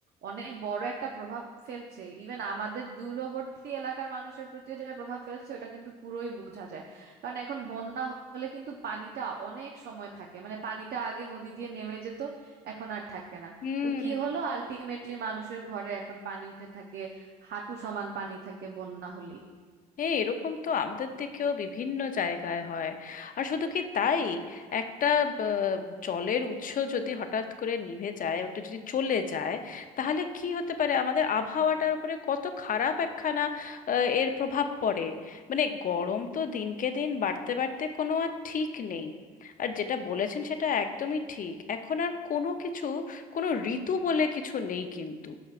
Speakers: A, on the right; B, on the left.
A: অনেক বড় একটা প্রভাব ফেলছে ইভেন আমাদের দূরবর্তী এলাকার মানুষের প্রতিও যে প্রভাব ফেলছে ওটা কিন্তু পুরোই বোঝা যায় কারণ এখন বন্যা হলে কিন্তু পানিটা অনেক সময় থাকে মানে পানিটা আগে নদী দিয়ে নেমে যেত এখন আর থাকে না
B: হুম
A: ওই কি হলো আলটিমেটলি মানুষের ঘরে এখন পানি উঠে থাকে হাঁটু সমান পানি থাকে বন্যা হলেই
B: হ্যাঁ এরকম তো আমাদের দিকেও বিভিন্ন জায়গায় হয় আর শুধু কি তাই একটা আহ, জলের উৎস যদি হঠাৎ করে নিভে যায় একটু যদি চলে যায় তাহলে কি হতে পারে আমাদের আবহাওয়াটার উপরে কত খারাপ একখানা আহ, এর প্রভাব পড়ে মানে গরম তো দিনকে দিন বাড়তে বাড়তে কোনো আর ঠিক নেই আর যেটা বলেছেন সেটা একদমই ঠিক এখন আর কোনো কিছু কোনো ঋতু বলে কিছু নেই কিন্তু